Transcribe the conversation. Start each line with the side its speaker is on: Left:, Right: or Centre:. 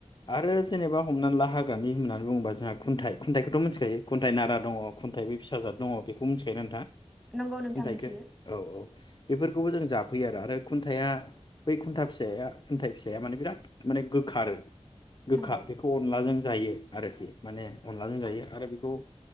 Left: आरो जेनेबा हमनानै ला हाग्रानि होननानै बुङोबा जोंहा खुनथाइ खुन्थाइखौथ' मिथिखायो खुन्थाइ नारा दङ। खुन्थाइबो फिसाजाद दङ बेखौ मोन मिथिखायो नोंथाङा?
Centre: नंगौ नोंथां
Left: खुनथाइखो
Centre: मिथियो
Left: औ औ। बेफोरखौबो जों जाफैयो आरो खुन्थाइआ बै खुन्था फिसाया खुन्थाइ फिसाया माने बिराद माने गोखा आरो। गोखा
Centre: नंगौ
Left: बेखौ अनलाजों जायो। आरोखि माने अनलाजों जायो आरो बेखौ